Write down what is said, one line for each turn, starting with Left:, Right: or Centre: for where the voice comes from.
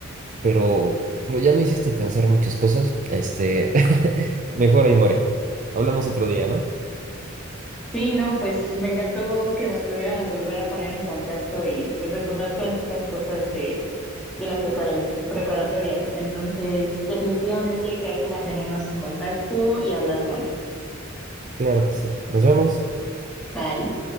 Right: Pero, pero ya me hiciste pensar muchas cosas. Este, <laughs> mejor ahí muere. Hablamos otro día, ¿no?
Centre: Sí, no, pues me encantó que nos pudiéramos volver a poner en contacto y pues recordar todas estas cosas de, de la prepara- preparatoria. Entonces, definitivamente que hay que mantenernos en contacto y hablar pronto.
Right: Claro que sí. Nos vemos.
Centre: Bye.